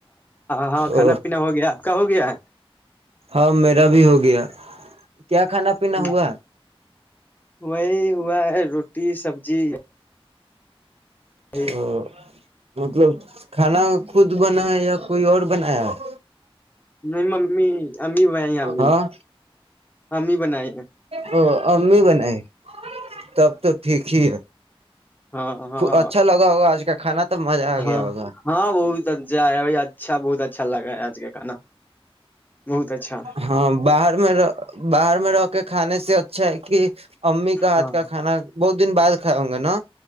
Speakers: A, on the left; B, on the right.
A: ہاں کھانا
B: ا
A: پینا ہو گیا آپ کا ہو گیا
B: ہاں میرا بھی ہو گیا کیا کھانا پینا
A: ہے
B: ہوا
A: وہی ہوا ہے روٹی سبزی ہ
B: ا مطلب کھانا خود بنا ہے یا کوئی اور بنایا <inaudible>
A: نہیں م امی امی بنائی امی
B: ہاں
A: امی بنائی ہیں
B: او امی بنائے تب تو ٹھیک ہی ہے
A: ہاں ہاں ہاں
B: اچھا لگا ہوگا آج کا کھانا تب مزہ آ گیا
A: ہاں
B: ہوگا
A: ہاں بت اا ب اچھا بہت اچھا لگا ہے آج کے کھانا بہت اچھا
B: ہاں باہر میں رہ باہر میں رہ کے کھانے سے اچھا ہے کہ امی کا ہاتھ
A: ہاں
B: کا کھانا بہت دن بعد اگ نا